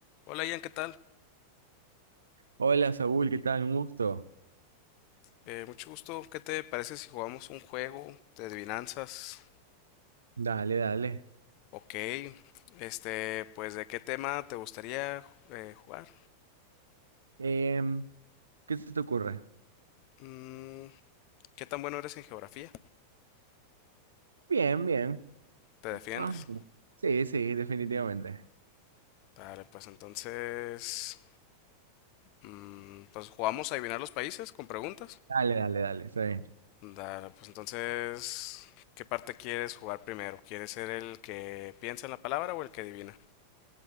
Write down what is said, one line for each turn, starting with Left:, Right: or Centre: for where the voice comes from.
Left: Hola Ian, ¿qué tal?
Right: Hola Saúl, ¿qué tal? Un gusto.
Left: Eh, mucho gusto. ¿Qué te parece si jugamos un juego de adivinanzas?
Right: Dale, dale.
Left: Ok. Este, pues ¿de qué tema te gustaría eh, jugar?
Right: Em, ¿qué se te ocurre?
Left: Mm, ¿qué tan bueno eres en geografía?
Right: Bien, bien.
Left: ¿Te defiendes?
Right: Ah, sí, sí, definitivamente.
Left: Vale, pues entonces... mm, pues jugamos a adivinar los países con preguntas.
Right: Dale, dale, dale, está bien.
Left: Dale, pues entonces... ¿Qué parte quieres jugar primero? ¿Quieres ser el que piensa en la palabra o el que adivina?